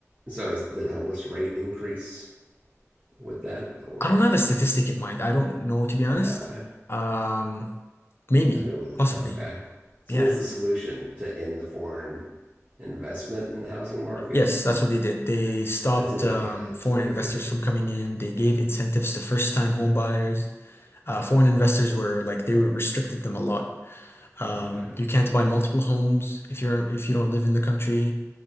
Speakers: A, on the right (about 25°); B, on the left (about 45°).
A: So is, the homeless rate increase with that or
B: I don't have a statistic in mind. I don't know, to be honest.
A: no?
B: Um, maybe,
A: I mean, with it,
B: possibly.
A: okay. So
B: Yeah.
A: what's the solution to end the foreign investment in the housing market?
B: Yes, that's what they did. They stopped
A: That seems
B: um,
A: like, yeah, that
B: foreign
A: seems like
B: investors
A: a good idea.
B: from coming in. They gave incentives to first-time home buyers. Uh, foreign investors were like, they were restricted them a lot. Um,
A: Okay.
B: you can't buy multiple homes if you're if you don't live in the country.